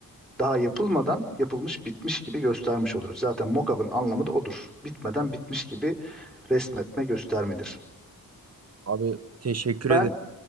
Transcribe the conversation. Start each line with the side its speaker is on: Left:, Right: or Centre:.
Centre: daha yapılmadan yapılmış bitmiş gibi göstermiş oluruz. Zaten mock-up'ın anlamı da odur. Bitmeden bitmiş gibi resmetme göstermedir.
Right: Abi teşekkür
Centre: Ben
Right: ederim.